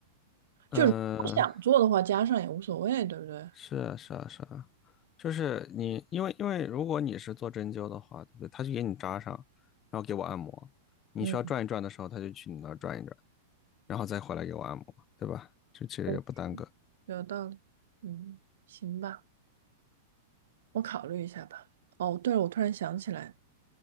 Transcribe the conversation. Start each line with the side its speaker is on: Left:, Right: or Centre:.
Right: 就是不想做的话，
Left: 嗯、
Right: 加上也无所谓，对不对？
Left: 是啊，是啊，是啊，就是你，因为因为如果你是做针灸的话，对不对？他就给你扎上，然后给我按摩。你需要转一转的时候，
Right: 嗯，
Left: 他就去你那儿转一转，然后再回来给我按摩，对吧？这其实也不耽搁。
Right: 嗯有道理。嗯，行吧，我考虑一下吧。哦，对了，我突然想起来，